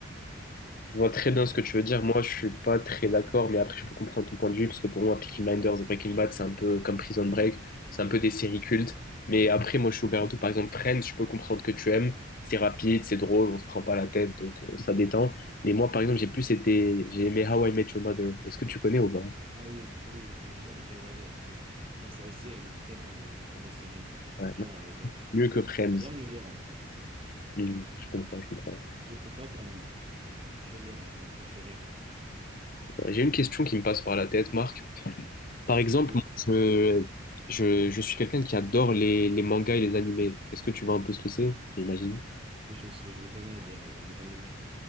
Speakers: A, on the left (about 45°); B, on the right (about 25°).
A: Je vois très bien ce que tu veux dire. Moi, je suis pas très d'accord, mais après, je peux comprendre ton point de vue, parce que pour moi, Peaky Blinders et Breaking Bad, c'est un peu comme Prison Break, c'est un peu des séries cultes. Mais après, moi, je suis ouvert à tout. Par exemple, Friends, je peux comprendre que tu aimes. C'est rapide, c'est drôle, on se prend pas la tête, donc euh, ça détend. Mais moi, par exemple, j'ai plus été, j'ai aimé How I Met Your Mother. Est-ce que tu connais ou pas?
B: Ah oui, oui, oui, je connais, j'ai j'ai regardé aussi. Non, c'est aussi une très bonne, très bonne série.
A: Ouais,
B: Vraiment,
A: moi,
B: elle est bonne.
A: c'est mieux que Friends.
B: J'aime les deux, en fait.
A: Hmm, je comprends, je comprends.
B: Je peux pas comme choisir un, un préféré.
A: J'ai une question qui me passe par la tête, Marc. Par exemple,
B: Oui,
A: moi, je, je, je suis quelqu'un qui adore les, les mangas et les animés. Est-ce que tu vois un peu ce que c'est, j'imagine?
B: mais je, je connais les, les animés.